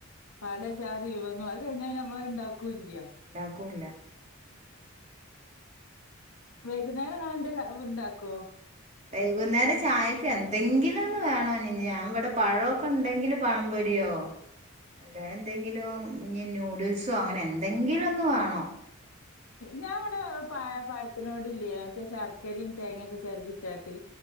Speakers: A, on the left; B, on the right.
A: പല ജാതി വിഭവങ്ങള് അത്കഴിഞ്ഞാ ഞമ്മളത് ഇണ്ടാക്കൂല്ല്യ.
B: ഉണ്ടാക്കൂല്ല്യ.
A: വൈകുന്നേരംങ്ങള് എന്തെ ഇണ്ടാക്കോ?
B: വൈകുന്നേരം ചായ. ക് എന്തെങ്കിലുംന്ന് വേണം, ഞാവടെ പഴോക്കെ ഉണ്ടെങ്കില് പഴംപൊരിയോ. അല്ലേന്തെങ്കിലും ഇനി ന്യൂഡിൽസോ അങ്ങനെ എന്തെങ്കിലും ഒന്ന് വാണം.
A: ഞാൻ ഇവടെ പ പഴത്തിനോടില്ലേ മറ്റേ ശർക്കരിം തേങ്ങെക്കെ ചെര്കിട്ടാട്ടി.